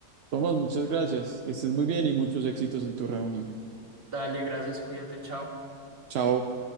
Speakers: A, on the right; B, on the right.
A: Tomás, muchas gracias, que estés muy bien y muchos éxitos en tu reunión.
B: Dale, gracias, cuídate, chao.
A: Chao.